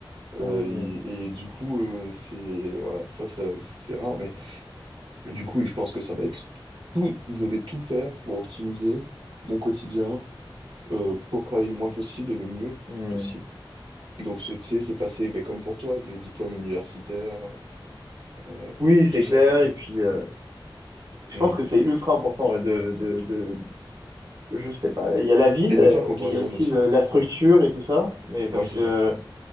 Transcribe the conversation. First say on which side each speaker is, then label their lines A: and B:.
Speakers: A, on the right (about 45°); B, on the right (about 65°).
A: oui,
B: Euh, ils-
A: Mm,
B: et du coup, euh, c'est. Voilà, ça, ça c'est rare. Mais du coup, oui, je pense que ça va être tout. Je vais tout faire pour optimiser mon quotidien, euh, pour travailler le moins possible et le mieux
A: mm.
B: possible. Donc, c'est- tu sais, c'est passé ben, comme pour toi, les diplômes universitaires, euh,
A: Oui,
B: tout
A: c'est
B: ça,
A: clair.
B: quoi.
A: Et puis, euh,
B: Mm.
A: je
B: Mm.
A: pense que c'est ultra important ouais, de, de, de, je sais pas, il y a la ville,
B: Et de
A: euh,
B: le faire quand
A: mais
B: on
A: il
B: est
A: y
B: jeune
A: a aussi
B: aussi.
A: le-
B: un peu.
A: la structure
B: Ouais,
A: et tout ça. Mais parce
B: Ouais, c'est
A: que
B: ça.
A: euh,